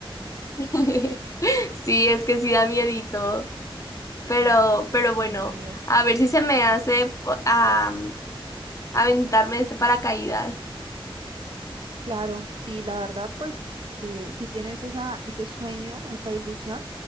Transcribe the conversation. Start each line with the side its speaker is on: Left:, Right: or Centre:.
Left: <laughs> Sí, es que sí da miedito, pero, pero
Right: Sí,
Left: bueno,
Right: obvio.
Left: a ver si se me hace po- am, aventarme de este paracaídas.
Right: Claro, sí, la verdad, pues eh, si tienes esa, ese sueño, esa ilusión,